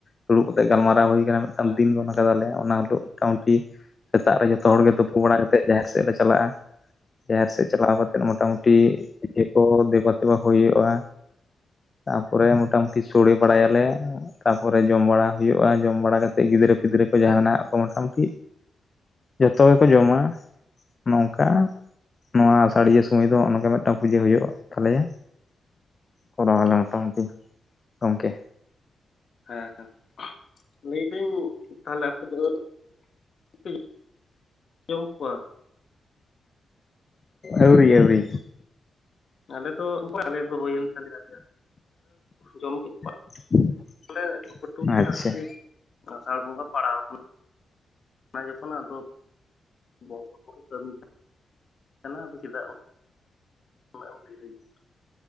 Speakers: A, on the left (about 40°); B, on the left (about 60°).
A: ᱫᱩᱲᱩᱵ ᱠᱟᱛᱮᱜ ᱜᱟᱞᱢᱟᱨᱟᱣ ᱦᱩᱭ ᱠᱟᱱᱟ ᱢᱤᱫᱴᱟᱝ
B: ᱦᱮᱸ
A: ᱫᱤᱱ ᱜᱚᱱ ᱠᱟᱫᱟᱞᱮ ᱚᱱᱟ ᱦᱚᱞᱳᱜ ᱢᱚᱴᱟ ᱢᱩᱴᱤ ᱥᱮᱛᱟᱜ ᱨᱮ ᱡᱚ ᱡᱚᱛᱚ ᱦᱚᱲ ᱜᱮ ᱛᱩᱯᱩ ᱵᱟᱲᱟ ᱠᱟᱛᱮᱫ ᱡᱟᱦᱮᱨ ᱥᱮᱫ ᱞᱮ ᱪᱟᱞᱟᱜᱼᱟ᱾ ᱡᱟᱦᱮᱨ ᱥᱮᱫ ᱪᱟᱞᱟᱣ ᱠᱟᱛᱮᱜ ᱢᱚᱴᱟ ᱢᱩᱴᱤ ᱫᱮ ᱠᱚ ᱫᱮᱵᱟ ᱥᱮᱵᱟ ᱦᱳᱭᱩᱜᱼᱟ᱾ ᱛᱟᱯᱚᱨᱮ ᱢᱚᱴᱟ ᱢᱩᱴᱤ ᱥᱚᱲᱮ ᱵᱟᱲᱟᱭᱟᱞᱮ ᱛᱟᱯᱚᱨᱮ ᱡᱚᱢ ᱵᱟᱲᱟ ᱦᱩᱭᱩᱜᱼᱟ ᱡᱚᱢ ᱵᱟᱲᱟ ᱠᱟᱛᱮᱜ ᱜᱤᱫᱽᱨᱟᱹ ᱯᱤᱫᱽᱨᱟᱹ ᱠᱚ ᱡᱟᱦᱟᱸᱱᱟᱜ ᱠᱚ ᱢᱚᱴᱟ ᱢᱩᱴᱤ ᱡᱚᱛᱚ ᱜᱮᱠᱚ ᱡᱚᱢᱟ ᱱᱚᱝᱠᱟ ᱱᱚᱣᱟ ᱥᱟᱲᱤᱭᱟᱹ ᱥᱩᱢᱟᱹᱭ ᱫᱚ ᱱᱚᱜ ᱱᱚᱝᱠᱟ ᱢᱤᱫᱴᱟᱝ ᱯᱩᱡᱟᱹ ᱦᱩᱭᱩᱜ ᱛᱟᱞᱮᱭᱟ᱾ ᱠᱚᱨᱟᱣᱟᱞᱮ ᱢᱚᱴᱟ ᱢᱩᱴᱤ ᱜᱚᱝᱠᱮ
B: ᱦᱮᱸ ᱞᱟᱹᱭᱫᱟᱹᱧ ᱛᱟᱦᱚᱞᱮ ᱟᱯᱮᱫᱚ ᱟᱣᱨᱤ ᱯᱮ ᱡᱚᱢ ᱠᱚᱣᱟ
A: ᱟᱹᱣᱨᱤ ᱟᱹᱣᱨᱤ
B: ᱟᱞᱮ ᱫᱚ <unintelligible> ᱟᱞᱮ ᱫᱚ ᱦᱩᱭᱮᱱ ᱛᱟᱞᱮᱭᱟ ᱡᱚᱢ ᱠᱮᱫ ᱠᱚᱣᱟ
A: <inaudible>
B: ᱥᱚᱲᱮ ᱟᱹᱴᱩᱼᱯᱟᱹᱴᱩ ᱜᱮ
A: ᱟᱪᱪᱷᱟ
B: ᱟᱨᱠᱤ ᱟᱥᱟᱲ ᱵᱚᱸᱜᱟ ᱯᱟᱲᱟᱣ ᱟᱠᱟᱱ ᱚᱱᱟ ᱡᱚᱠᱷᱚᱱ ᱟᱫᱚ ᱵᱚᱸᱜᱟ ᱵᱩᱨᱩ ᱠᱟᱹᱢᱤ ᱠᱟᱱ ᱠᱟᱱᱟ ᱟᱫᱚ ᱪᱮᱫᱟᱜ ᱩᱱᱟᱹᱜ ᱮᱢ ᱰᱤᱨᱤᱭᱟ᱾